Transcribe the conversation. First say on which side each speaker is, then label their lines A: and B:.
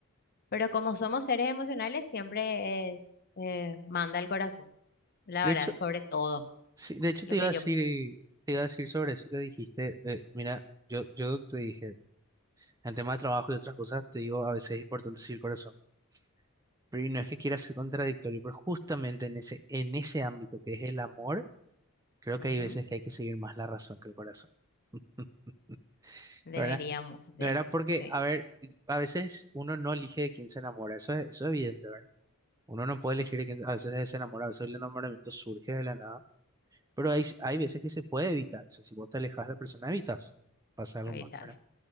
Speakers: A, on the left; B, on the right.
A: Pero como somos seres emocionales, siempre es, eh, manda el corazón, la
B: De
A: verdad,
B: hecho,
A: sobre todo,
B: sí, de hecho
A: lo
B: te iba
A: que
B: a decir,
A: yo...
B: te iba a decir sobre eso que dijiste. eh, mira, yo, yo te dije, en tema de trabajo y otras cosas, te digo, a veces es importante seguir el corazón. Pero y no es que quiera ser contradictorio, pero justamente en ese, en ese ámbito que es el amor, creo que
A: Ujú.
B: hay veces que hay que seguir más la razón que el corazón. <laughs>
A: Deberíamos
B: ¿Verdad? De
A: de,
B: verdad, porque,
A: sí,
B: a ver, a veces uno no elige de quién se enamora, eso es, eso es evidente, ¿verdad? Uno no puede elegir de quién, a veces se enamora, a veces el enamoramiento surge de la nada. Pero hay, hay veces que se puede evitar. O sea, si vos te alejas de la persona, evitas. Pasa algo
A: ahorita
B: más, ¿verdad?